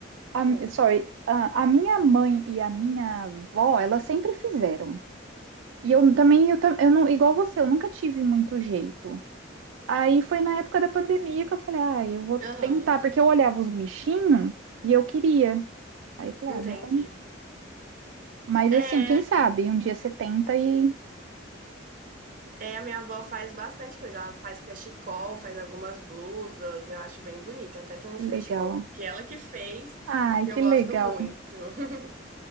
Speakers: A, on the right; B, on the right.
A: a,
B: ah,
A: sorry, a, a minha mãe e a minha avó, elas sempre fizeram. E eu também, eu, tam- eu não, igual você, eu nunca tive muito jeito. Aí foi na época da pandemia que eu falei, ah, eu vou
B: Aham,
A: tentar, porque eu olhava os bichinhos e eu queria. Aí eu falei,
B: entendi.
A: ah, vamos. Mas
B: É,
A: assim, quem sabe? Um dia você tenta e.
B: É, a minha avó faz bastante coisa. Ela faz cachecol, faz algumas blusas, eu acho bem bonito. Até tem uns
A: Que legal.
B: cachecol que ela que fez,
A: Ai,
B: que
A: que
B: eu gosto
A: legal.
B: muito. <laughs>